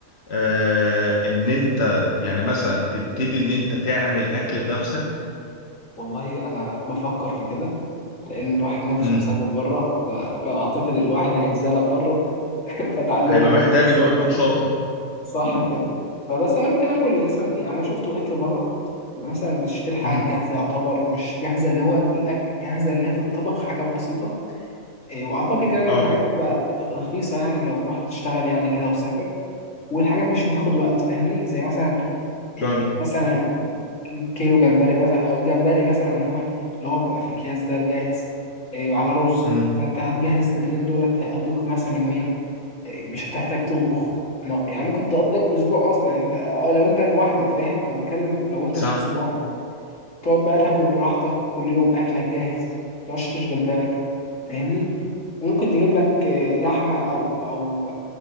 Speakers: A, on the left; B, on the left.
A: آه ان انت يعني مثلا تبتدي ان انت تعمل اكل بنفسك
B: والله أنا بفكر في كده لأن الواحد نفسه
A: امم
B: يسافر بره ف... فأعتقد الواحد هيتزنق بره <laughs> فأتعلم
A: هيبقى
B: هنا
A: محتاج
B: في مصر
A: ان هو يكون شاطر
B: صح كده فبس انا ممكن اكل مثلا يعني انا شفت اكل بره بيبقى مثلا بتشتري حاجات
A: امم
B: جاهزه يعتبر مش جاهزه اللي هو الاكل جاهزه اللي هي تتطبخ حاجات بسيطه إيه، واعتقد يعني
A: اه
B: الحاجات بتبقى رخيصه يعني لو الواحد اشتغل يعني كده وسافر والحاجات مش بتاخد وقت فاهمني زي مثلا إيه،
A: فاهم
B: مثلا كيلو جمبري مثلا او جمبري مثلا عموما اللي هو بيبقى في اكياس ده جاهز إيه، وعلى رز
A: امم
B: فانت هتجهز الاتنين دولت هيقضيك مثلا يومين مش هتحتاج تطبخ ما يعني ممكن تقضيك اسبوع اصلا يعني انت آه، لو انت لوحدك فاهم انا بتكلم لو انت
A: صح
B: شخص لوحدك تقعد بقى تاكل براحتك كل يوم اكلك جاهز ما تقعدش تشغل بالك فاهمني وممكن تجيب لك آه، لحمه او او